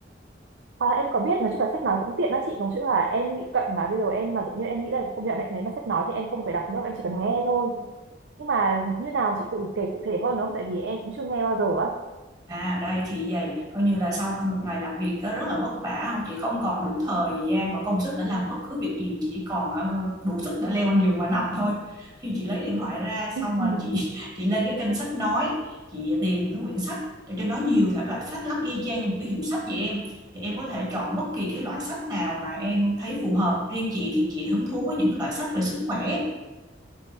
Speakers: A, on the right; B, on the right.
A: à, em có biết nói chung là sách nói cũng tiện đó chị nói chung là em bị cận mà bây giờ em mà tự nhiên em nghĩ là không nhận định nếu mà sách nói thì em không phải đọc nữa em chỉ cần nghe thôi nhưng mà như nào chị cụ kể cụ thể hơn được không tại vì em cũng chưa nghe bao giờ á
B: À đây thì vậy coi như là sau một ngày làm việc á, rất là vất vả không chị không còn đủ thời gian và công sức để làm bất cứ việc gì chị chỉ còn ờ, đủ sức để leo lên giường và nằm thôi thì chị lấy điện thoại ra
A: <laughs>
B: xong rồi chị <laughs> chị lên cái kênh sách nói chị tìm những cái quyển sách ở trên đó nhiều thể loại sách lắm y chang như một cái hiệu sách vậy em thì em có thể chọn bất kỳ cái loại sách nào mà em thấy phù hợp riêng chị thì chị hứng thú với những cái loại sách về sức khỏe